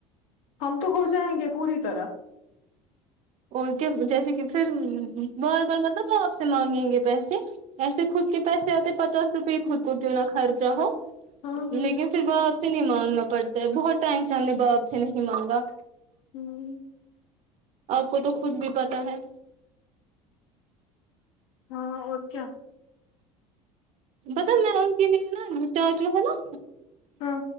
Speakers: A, on the left (about 75°); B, on the right (about 45°).
A: ہم تو ہو جائیں گے پوری طرح
B: اور کیا جیسے کی فر بار بار مطلب آپ سے مانگیں گے پیسے ایسے خود کے پیسے آتے پچاس روپئے خود کو کیوں نہ خرچہ ہو
A: ہاں ہاں
B: لیکن پھر باپ آپ سے نہیں مانگنا پڑتا بہت ٹائم سے ہم نے باپ سے نہیں مانگا
A: ہمم
B: آپ کو تو خود بھی پتا ہے
A: ہاں اور کیا
B: بتہ میں ان کے لیے نا چاچو ہے نا
A: ہاں